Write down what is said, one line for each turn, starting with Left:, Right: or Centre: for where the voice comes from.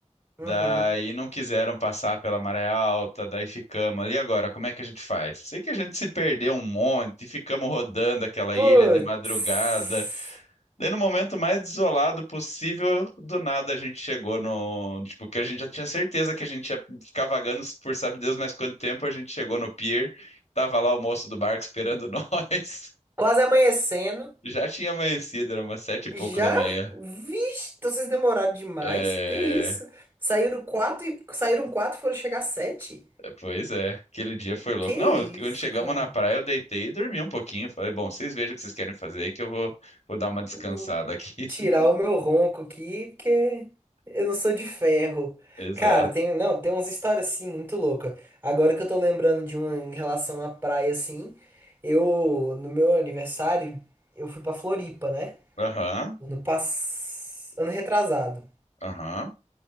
Right: Uhum.
Left: Daí não quiseram passar pela maré alta, daí ficamos ali agora, como é que a gente faz? Sei que a gente se perdeu um monte, ficamos rodando aquela
Right: Putz.
Left: ilha de madrugada. Daí no momento mais desolado possível, do nada a gente chegou no, tipo, que a gente já tinha certeza que a gente ia ficar vagando por sabe Deus mais quanto tempo, a gente chegou no pier, tava lá o moço do barco esperando <laughs> nós.
Right: Quase amanhecendo.
Left: Já tinha amanhecido, era umas sete e
Right: Já?
Left: pouco da manhã.
Right: Vixe, então vocês demoraram demais.
Left: É,
Right: Que isso? Saíram quatro, e- saíram quatro, e foram chegar sete.
Left: Pois é, aquele dia foi louco.
Right: Que isso,
Left: Não, quando chegamos
Right: cara?
Left: na praia, eu deitei e dormi um pouquinho. Falei, bom, vocês vejam o que vocês querem fazer aí que eu vou, vou dar uma descansada
Right: Hum,
Left: aqui.
Right: Tirar
Left: <laughs>
Right: o meu ronco aqui, porque eu não sou de ferro.
Left: Exato.
Right: Cara, tem, não, tem umas histórias assim muito loucas. Agora que eu tô lembrando de uma em relação à praia assim, eu no meu aniversário eu fui pra Floripa, né?
Left: Aham,
Right: Ano pass... ano retrasado.
Left: aham,